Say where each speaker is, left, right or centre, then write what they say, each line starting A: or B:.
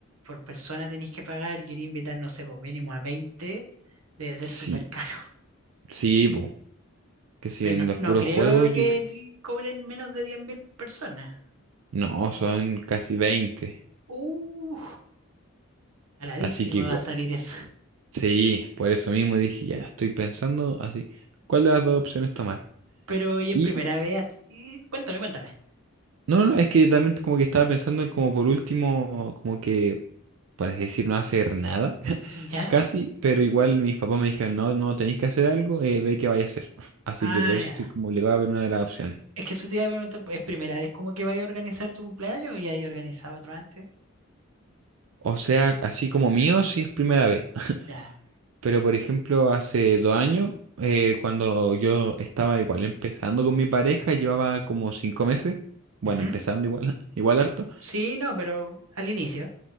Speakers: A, on the right; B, on the right.
A: por persona tenéis que pagar y quería invitar, no sé, por mínimo a 20 debe ser
B: Sí,
A: súper caro.
B: sí, po, que si
A: Bueno,
B: en los
A: no
B: puros
A: creo
B: juegos,
A: que
B: yo cre-
A: cobren menos de diez mil por persona.
B: no, son casi 20,
A: Uh, paradísimo
B: así que
A: va
B: igual.
A: a salir eso.
B: Sí, por eso mismo dije, ya estoy pensando así, ¿cuál de las dos opciones tomar?
A: Pero hoy
B: Y
A: es primera vez así. Cuéntame, cuéntame.
B: no, no, es que también como que estaba pensando en como por último, como que, para decir, no hacer nada, <laughs>
A: Ya.
B: casi, pero igual mis papás me dijeron, no, no tenéis que hacer algo, eh, ve qué vaya a hacer. <laughs> Así
A: Ah,
B: que por eso
A: ya.
B: estoy como obligado a ver una de las opciones.
A: Es que eso te iba a preguntar, pues, ¿es primera vez como que vaya a organizar tu cumpleaños o ya hay organizado otro antes?
B: O sea, así como mío, sí es primera vez. <laughs>
A: Ya.
B: Pero por ejemplo, hace dos años, eh, cuando yo estaba igual empezando con mi pareja, llevaba como cinco meses, bueno,
A: Ujú.
B: empezando igual, <laughs> igual harto.
A: Sí, no, pero al inicio.